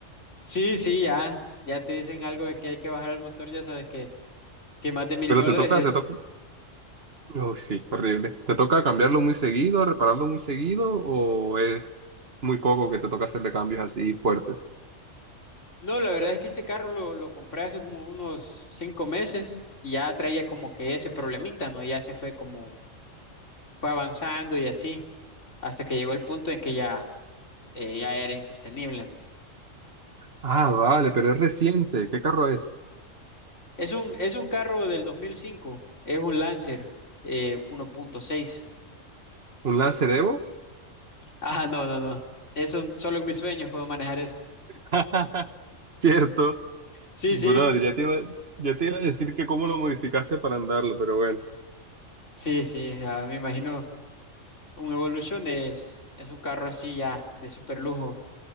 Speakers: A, on the left (about 70°); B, on the right (about 50°).
A: Sí, sí, ya, ya te dicen algo de que hay que bajar el motor, ya sabes que, que más de mil
B: Pero
A: dólares
B: te toca,
A: es.
B: te toca. Uy, sí, horrible. ¿Te toca cambiarlo muy seguido, repararlo muy seguido, o es muy poco que te toca hacerle cambios así fuertes?
A: No, la verdad es que este carro lo, lo compré hace como unos cinco meses y ya traía como que ese problemita, ¿no? Ya se fue como, fue avanzando y así, hasta que llegó el punto en que ya, eh, ya era insostenible.
B: Ah, vale, pero es reciente. ¿Qué carro es?
A: Es un, es un carro del 2005, es un Lancer eh, 1.6. <laughs>
B: ¿Un Lancer Evo?
A: Ah, no, no, no. Eso solo en mis sueños puedo manejar eso.
B: <laughs> Cierto,
A: Sí,
B: brother,
A: sí,
B: ya te iba, ya te iba a decir que cómo lo modificaste para andarlo, pero bueno,
A: sí, sí. ah, me imagino un Evolution es, es un carro así ya de super lujo.